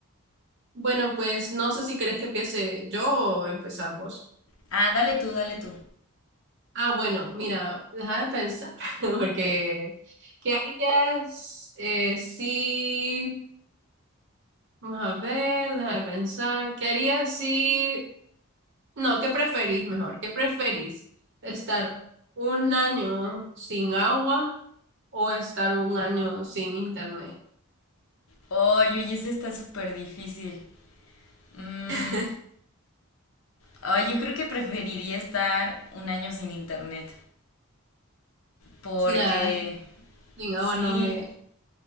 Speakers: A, on the right; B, on the left.
A: Bueno, pues no sé si querés que empiece yo o empezamos vos.
B: Ah, dale tú, dale tú.
A: Ah, bueno, mira, déjame pensar, <laughs> porque ¿qué harías eh, si... Vamos a ver, déjame pensar. ¿Qué harías si No, ¿qué preferís mejor? ¿Qué preferís? ¿Estar un año sin agua o estar un año sin internet?
B: Oye, oye, ese está súper difícil. Mm,
A: <laughs>
B: ay, yo creo que preferiría estar un año sin internet. Porque,
A: Sí, la verdad es que sin agua
B: sí.
A: no me...